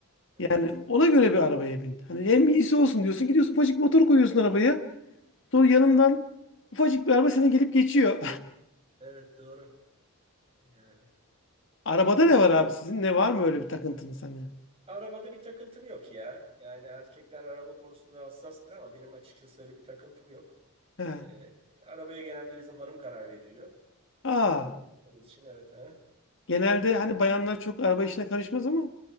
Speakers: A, on the right; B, on the left.
A: Evet.
B: yani ona göre bir arabaya bin. Hani hem iyisi olsun diyorsun gidiyorsun ufacık motor koyuyorsun arabaya. Sonra yanından ufacık bir araba seni gelip geçiyor.
A: Evet doğru. Yani.
B: <laughs> Arabada ne var abi sizin? Ne var mı öyle bir takıntınız hani?
A: Arabada bir takıntım yok ya. Yani erkekler araba konusunda hassastır ama benim açıkçası öyle bir takıntım yok.
B: He.
A: Ee, arabaya genelde bizim hanım karar veriyor. Ee,
B: Aa,
A: ortak kullandığımız için evet. Ha.
B: genelde
A: Ee,
B: hani bayanlar çok araba işine karışmaz ama